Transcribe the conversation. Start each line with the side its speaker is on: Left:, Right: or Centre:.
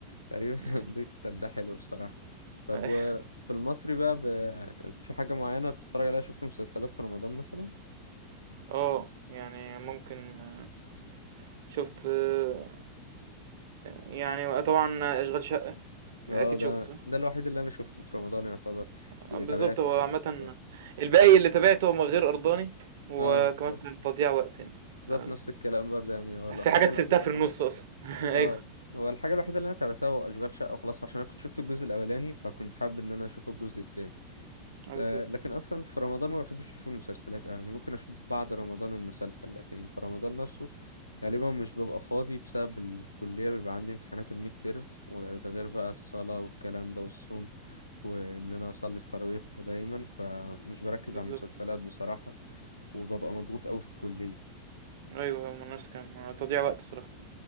Left: تقريبا
Right: إمم،
Left: <laughs> ديكستر ده حلو الصراحه طب
Right: <laughs>
Left: وفي المصري بقى ب... في حاجه معينه بتتفرج عليها شفت مسلسلات في رمضان مثلا
Right: آه، يعني ممكن آه، شُفت آآ، يعني طبعًا أشغال شقة
Left: اه
Right: أكيد
Left: ده
Right: شُفته صح؟
Left: ده الوحيد اللي انا شفته في رمضان يعتبر اللي
Right: بالضبط
Left: تابعته
Right: هو
Left: يعني
Right: عامةً
Left: في رمضان
Right: الباقي اللي تابعته هو غير أرضاني، وكمان
Left: اه بالظبط
Right: كان تضييع وقت يعني،
Left: بالظبط
Right: ف
Left: نفس الكلام برضه يعني هو الحاجه
Right: في حاجات
Left: الوحيده
Right: سِبتها في
Left: اللي
Right: النُص أصلًا. <laughs>
Left: اه
Right: أيوه.
Left: هو الحاجه الوحيده اللي انا تابعتها هو اشغال شقه وخلاص عشان انا كنت شفت الجزء الاولاني فكنت حابب ان انا اشوف الجزء التاني
Right: آه بالضبط،
Left: آه، لكن اصلا في رمضان ما بحبش اشوف المسلسلات أوي، يعني ممكن اشوف بعد رمضان المسلسل لكن في رمضان نفسه غالبا مش ببقى فاضي بسبب الكلية بيبقى عندي امتحانات الميد تيرم وده غير بقى الصلاة والكلام ده والصوم وان انا اصلي التراويح دايما فمش بركز
Right: بالضبط
Left: على المسلسلات
Right: آه.
Left: بصراحة وببقى مضغوط قوي في الكلية
Right: أيوه، أيوه، ما أنا نفس الكلام، ما تضييع وقت الصراحة.